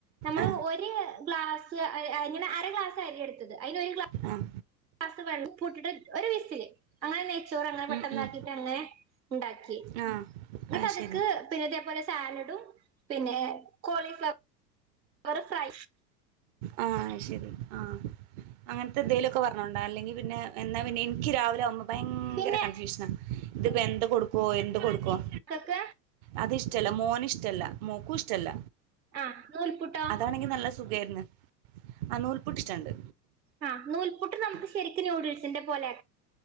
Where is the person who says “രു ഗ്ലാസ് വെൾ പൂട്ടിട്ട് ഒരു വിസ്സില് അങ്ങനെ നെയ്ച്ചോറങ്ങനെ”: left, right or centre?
Right